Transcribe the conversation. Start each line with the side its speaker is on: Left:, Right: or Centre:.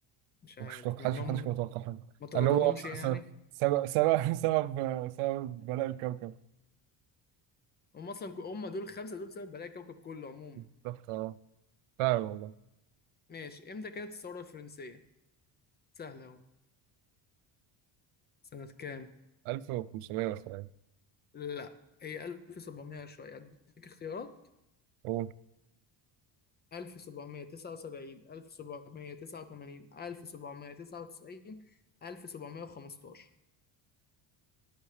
Left: مش عارف
Right: مش محدش
Left: مع إنهم
Right: محدش كان متوقع حاجه
Left: ما طردوهمش
Right: ان هو س-
Left: يعني
Right: س- سبب سبب سبب سبب بلاء الكوكب
Left: هم أصلا هم دول الخمسة دول سبب بلايا الكوكب كله عموما
Right: بالظبط اه فعلا والله
Left: ماشي إمتى كانت الثورة الفرنسية سهلة أهو سنة كام؟
Right: 1500 مثلا
Left: لا هي 1700 شوية أديك اختيارات
Right: قول
Left: 1779 1789 1799 1715